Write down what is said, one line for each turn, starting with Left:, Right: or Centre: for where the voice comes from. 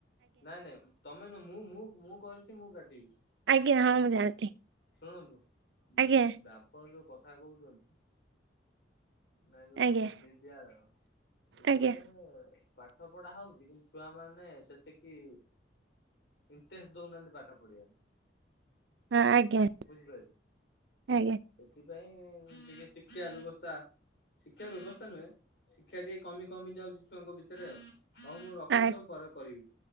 Left: ନାଇଁ-ନାଇଁ ତମେ <unintelligible> ମୁଁ-ମୁଁ-ମୁଁ କରିଚି ମୁଁ କାଟିବି।
Right: ଆଜ୍ଞା ହଁ ମୁଁ ଜାଣିଲି।
Left: ଶୁଣନ୍ତୁ <unintelligible>
Right: ଆଜ୍ଞା
Left: ଯୋଉ କଥା କହୁଚନ୍ତି ନା ଯୋଉ
Right: ଆଜ୍ଞା
Left: ବିଦ୍ୟାଳୟ ବିଦ୍ୟାଳୟରେ
Right: ଆଜ୍ଞା
Left: ପାଠ ପଢା ହଉଚି କିନ୍ତୁ ଛୁଆ ମାନେ ସେତିକି ଇଣ୍ଟରେଷ୍ଟ ଦଉନାହାନ୍ତି ପାଠ ପଢିବାରେ।
Right: ହଁ ଆଜ୍ଞା
Left: ବୁଝିପାଇଲେ। ସେଥିପାଇଁ
Right: ଆଜ୍ଞା
Left: ଟିକେ ଶିକ୍ଷା ବ୍ୟବସ୍ଥା ଶିକ୍ଷା ବ୍ୟବସ୍ଥା ନୁହେଁ ଶିକ୍ଷା ଟିକେ କମି କମି ଯାଉଚି ଛୁଆଙ୍କ ଭିତରେ ଆଉ। ହଉ ମୁଁ ରଖୁଚି
Right: ଆ-
Left: ତମ ପରେ କରିବି